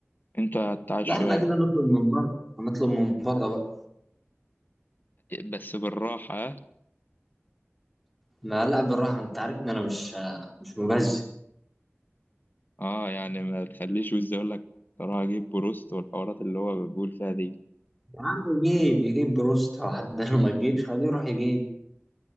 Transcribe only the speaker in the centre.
لا احنا
كده نطلب من بره هنطلب من بره بقى
ما لا بالراحة انت عارف ان انا مش مش مبذر
يا عم يجيب يجيب بروست واحد ده، لو ما تجيبش خليه يروح يجيب